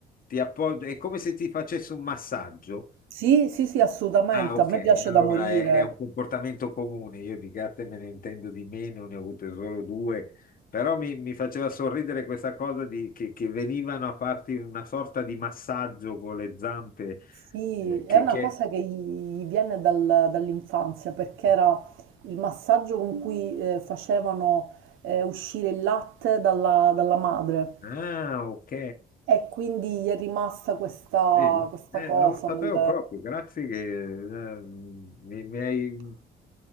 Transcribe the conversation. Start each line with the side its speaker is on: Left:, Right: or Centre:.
Left: ti appoggio, è come se ti facesse un massaggio.
Right: Sì, sì, sì, assolutamente,
Left: Ah, ok,
Right: a me piace
Left: allora
Right: da morire.
Left: è, è un comportamento comune, io di gatte me ne intendo di meno, ne ho avute solo due, però mi, mi faceva sorridere questa cosa di, che, che venivano a farti una sorta di massaggio con le zampe,
Right: Sì,
Left: eh, che,
Right: è una
Left: che...
Right: cosa che gli gli viene dal- dall'infanzia perché era il massaggio con cui eh, facevano eh, uscire il latte dalla, dalla madre
Left: Ah, ok.
Right: e quindi gli è rimasta questa,
Left: Vedi?
Right: questa
Left: Eh,
Right: cosa
Left: non lo sapevo
Right: nel,
Left: proprio, grazie che eh, mi, mi hai